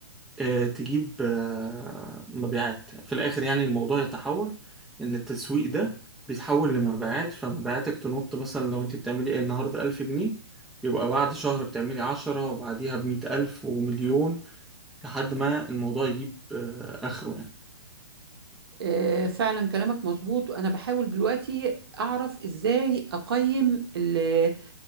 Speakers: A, in the centre; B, on the right.
A: آه، تجيب آه، مبيعات في الآخر يعني الموضوع يتحول إن التسويق ده بيتحول لمبيعات فمبيعاتك تنط مثلا لو أنت بتعملي إيه النهاردة ألف جنيه يبقى بعد شهر بتعملي عشرة وبعديها بمية ألف ومليون لحد ما الموضوع يجيب آه، آخره يعني
B: آه، فعلا كلامك مظبوط وانا بحاول دلوقتي اعرف ازاي اقيم ال آه،